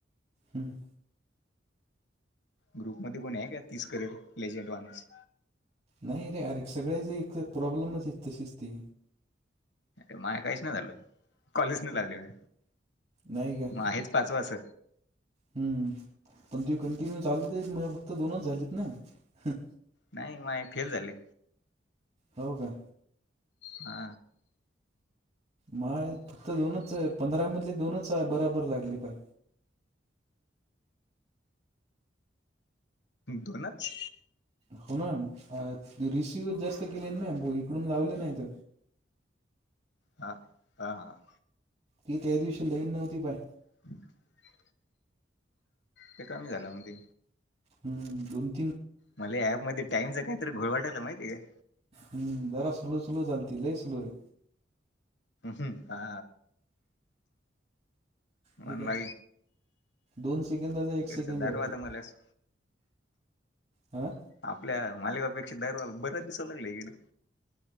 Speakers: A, on the right (about 35°); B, on the left (about 70°).
A: हम्म.
B: ग्रुपमध्ये कोण आहे, का तीस करेल लेजंट माणूस.
A: नाही रे अरे सगळेयाच एक प्रॉब्लेमच आहेत तशीच ती.
B: माझय काहीच नाही झालं कॉलेज न लागली वा
A: नाही का
B: मग आहेच पाचवा अस.
A: हम्म पण ती कंटिन्यू चालूत म फक्त दोनच झालीत ना हा.
B: नाही मा फेल झाले.
A: हो का...
B: हा...
A: माळ फक्त दोनच आहे पंधरा मधले दोनच आहे बराबर लागली पाय,
B: दोनच...
A: होणार अ ष... वी जास्त केले नाही भा इकडून लावले नाहीत
B: हा हा हा.
A: ती त्या दिवशी लईन नव्हती पाय.
B: <inaudible> ते कमी झालं म ते.
A: हम्म दुन.
B: मले या ॲप मध्ये टाइमच काहीतरी घोळ वाटायला माहितीय का.
A: हम्म जरा सुलू सुलू चालती लई सुलो आहे.
B: हम् हा.
A: हे
B: मंद
A: काय
B: बा
A: दोन सेकंदाचा एक सेकंद
B: कच धारवाद
A: आहे वाटते
B: मला <unintelligible>
A: हं.
B: आपल्या मालिकापेक्षा दरवा बऱ्याच दिसाव लागला इकडे.